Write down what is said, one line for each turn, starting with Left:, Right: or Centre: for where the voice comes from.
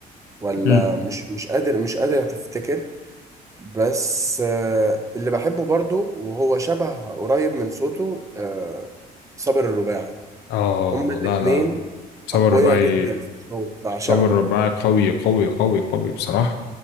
Right: ولا
Left: مم.
Right: مش مش قادر مش قادر أتفتكر بس آه، اللي بحبه برضو وهو شبه قريب من صوته آه، صابر الرباعي
Left: اه
Right: هما الاتنين
Left: لا لا سمر
Right: أقوياء
Left: رباعي
Right: جدا في الصوت بعشقهم
Left: سوبر رباعي قوي قوي قوي قوي بصراحة